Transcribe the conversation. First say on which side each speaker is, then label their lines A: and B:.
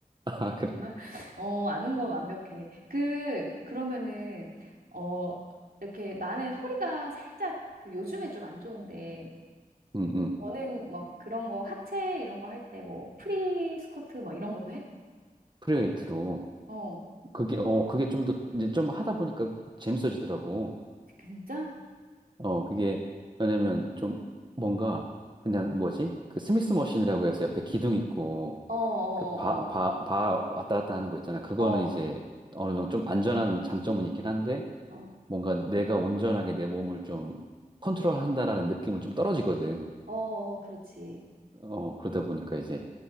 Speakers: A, on the right; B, on the right.
A: <laughs> 아, 그래.
B: <laughs> 어, 아는 건 완벽해. 그, 그러면은, 어, 이렇게 나는 허리가 살짝 그 요즘에 좀 안 좋은데,
A: 응, 응.
B: 너는 막 그런 거 하체 이런 거 할 때 뭐 프리 스쿼트 막 이런 것도 해?
A: 프리웨이트로.
B: 어,
A: 그게, 어, 그게 좀 더, 이제 좀 하다 보니까 재밌어지더라고.
B: 진짜?
A: 어, 그게, 왜냐면 좀 뭔가 그냥 뭐지? 그 스미스 머신이라고 해서 옆에 기둥 있고
B: 어, 어,
A: 그 바, 바, 바 왔다 갔다 하는 거 있잖아. 그거는
B: 어, 어, 어,
A: 이제 어느 정도 좀 안전한 장점은 있긴 한데
B: 어,
A: 뭔가 내가 온전하게 내 몸을 좀 컨트롤한다라는 느낌은 좀 떨어지거든.
B: 어, 어, 그렇지.
A: 어, 그러다 보니까 이제